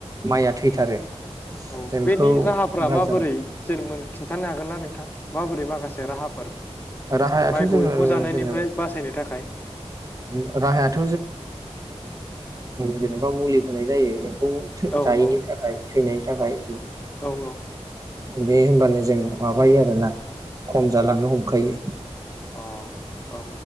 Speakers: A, on the right; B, on the left.
A: माइया थैथारो
B: औ
A: जों
B: बेनि
A: बेखौ
B: राहाफ्रा
A: बाजाराव
B: माबोरै जेन खिन्थानो हागोन ना नोंथां माबोरै माखासे राहाफोर
A: राहायाथ'
B: माइखौ
A: जोङो
B: एम्फौ जानायनिफ्राय
A: जेनेबा
B: बासायनो थाखाय
A: राहायाथ' जेन'बा मुलि होनाय जायो खौ जायैनि
B: औ औ
A: थाखाय थैनायनि जाबाय
B: औ औ
A: <unintelligible> बे होनबानो जों माबायो आरोना खम जालांनो हमखायो
B: अ औ